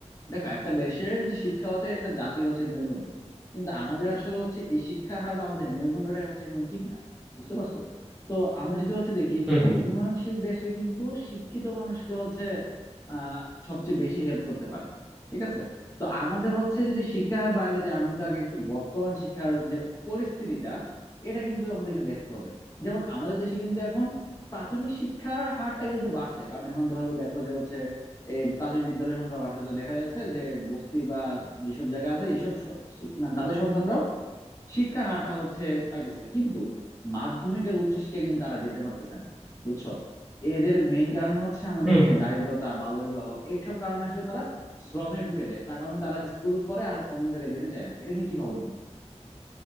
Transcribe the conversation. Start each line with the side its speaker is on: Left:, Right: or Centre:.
Left: দেখো একটা দেশের যে শিক্ষা হচ্ছে একটা জাতির হচ্ছে মেরুদণ্ড কিন্তু আমাদের আসলে হচ্ছে এই শিক্ষার হার বা আমাদের মেরুদণ্ডটাই হচ্ছে এখনো ঠিক না বুঝতে পারছো তো আমরা যদি হচ্ছে দেখি
Centre: হুম
Left: যে
Centre: হুম
Left: উন্নয়নশীল
Centre: হুম
Left: দেশে কিন্তু শিক্ষিত মানুষকে হচ্ছে আহ সবচেয়ে বেশি হেল্প করতে পারে ঠিক আছে তো আমাদের হচ্ছে যদি শিক্ষার হার বাড়াতে চাই আমরা কিন্তু আগে একটু বর্তমান শিক্ষার যে পরিস্থিতিটা এটা কিন্তু আমাদেরকে দেখতে হবে যেমন আমাদের দেশে কিন্তু এখন প্রাথমিক শিক্ষার হারটা কিন্তু বাড়ছে কারণ এখন ধরো দেখো যে হচ্ছে এই প্রাথমিক বিদ্যালয়ের সংখ্যা বাড়ছে তো দেখা যাচ্ছে যে বস্তি বা যেসব জায়গা আছে এসব স- শি- মানে তাদের সন্তানরাও শিক্ষার হারটা হচ্ছে পাইতেছে কিন্তু মাধ্যমিকের উচ্চশিক্ষা কিন্তু তারা যেতে পারতেছে না বুঝছো এদের মেইন কারণে হচ্ছে আমাদের
Centre: হুম
Left: এই যে
Centre: হুম
Left: দারিদ্রতা বাল্যবিবাহ এইসব কারণে আসলে তারা শ্রমে ঢুকে যায় তার কারণে তারা স্কুল পড়ে আর অন্য জায়গায় যেতে চায় না এটা নিয়ে কি ভাবো তুমি